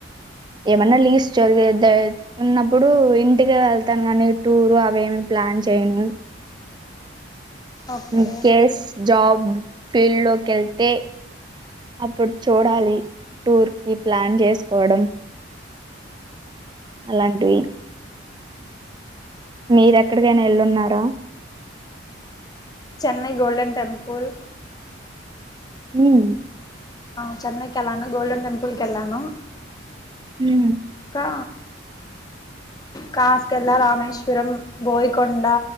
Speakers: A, on the right; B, on the left.
A: ఏమన్నా లీవ్స్ జరిగేది ఉన్నప్పుడు ఇంటికే వెళ్తాను కానీ టూర్ అవి ఏమి ప్లాన్ చేయను
B: okay
A: in case job field లోకెళ్తే అప్పుడు చూడాలి టూర్ కి ప్లాన్ చేసుకోవడం అలాంటివి మీరు ఎక్కడికైనా వెళ్ళున్నారా?
B: చెన్నై గోల్డెన్ టెంపుల్
A: మ్
B: ఆ చెన్నైకెళ్ళాను, గోల్డెన్ టెంపుల్ కెళ్ళాను.
A: మ్
B: ఆ కాసకెళ్ళ, రామేశ్వరం, బోయకొండ